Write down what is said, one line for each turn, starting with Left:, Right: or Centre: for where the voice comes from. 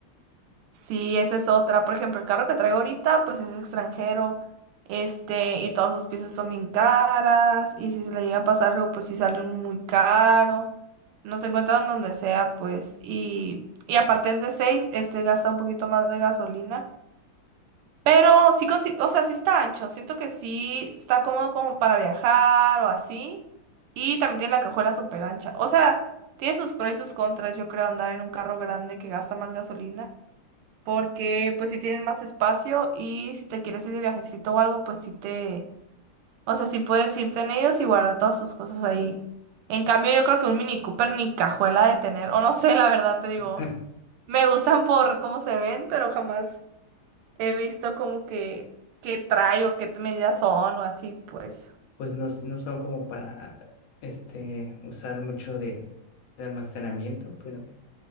Right: Sí, esa es otra. Por ejemplo, el carro que traigo ahorita, pues es extranjero. Este, y todas sus piezas son bien caras. Y si se le llega a pasar algo, pues sí sale muy caro. No se encuentran donde sea, pues. Y, y aparte es de seis, este gasta un poquito más de gasolina. Pero sí, consi- o sea, sí está ancho. Siento que sí está cómodo como para viajar o así. Y también tiene la cajuela súper ancha. O sea, tiene sus pros y sus contras, yo creo, andar en un carro grande que gasta más gasolina porque pues si tienen más espacio y si te quieres ir de viajecito o algo, pues sí te, o sea, sí puedes irte en ellos y guardar todas tus cosas ahí. En cambio, yo creo que un Mini Cooper ni cajuela de tener, o no sé, la verdad te digo,
Left: <laughs>
Right: me gustan por cómo se ven, pero jamás he visto como que qué trae o qué medidas son o así, pues.
Left: pues no, no son como para este, usar mucho de, de almacenamiento, pero